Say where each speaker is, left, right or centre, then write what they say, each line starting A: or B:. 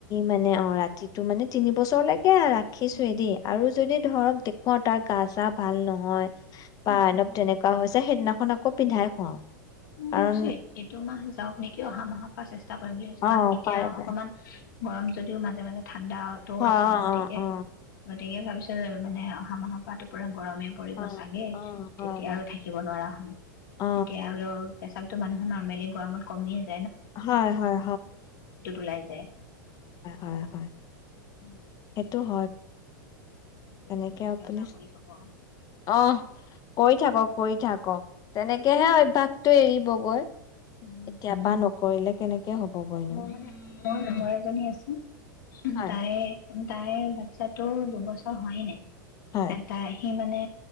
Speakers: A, on the left; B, on the left.
A: মানে অ ৰাতিটো মানে তিনি বছৰ লাগকে তে ৰাখিছোয়ে
B: উম
A: দেই আৰু যদি ধৰক দেখুৱা তাৰ গা চা ভাল নহয় বান
B: উম উম
A: আল তেনেকুৱা হৈছে সেইদিনাখন আকৌ পিন্ধাই খুৱাও
B: মই
A: কাৰণ
B: ভাবিছো এইটো মা জাওক নিকি অহা মাহৰ পৰা চেস্তা কৰিম ছো
A: অ
B: কাৰণ এতিয়া
A: পাৰে পাৰে
B: অকণমান গৰম যদিও মাজে মাজে থাকে ঠাণ্ডাও টো
A: অ অ
B: আছে গতিকে
A: অ
B: গতিকে ভাবিছিল মানে অহা মাহৰ পৰাটো পূৰণ গৰমে পৰিব
A: অ
B: চাগে
A: অ অ
B: তেতিয়া
A: হয় হয়
B: আৰু থাকিব নোৱাৰা হল
A: অ
B: এতিয়া তাততো মানুহ নৰ্মেল গৰমত কমি আছে
A: হই হই
B: ওলাই যায়
A: হই হই
B: উম
A: সেইটো হয়
B: তাকে
A: তেনেকে
B: চিন্তা
A: আপুনি
B: চৰ্চা কৰি থাকো আৰু
A: আহ কৰি থাকক কৰি থাকক তেনেকেহে অভ্যয়াসতটো এৰিবগৈ এতিয়াৰ
B: উম
A: পৰা নকৰিলে কেনেকে তে হ'ব কই ন
B: মোৰ মানে মোৰ নহৰ এজনী আছো
A: হয়
B: তাইে তাইৰ বাচ্ছাটোৰ দুবছৰ হোৱাই নাই
A: হয়
B: এটাই সি মানে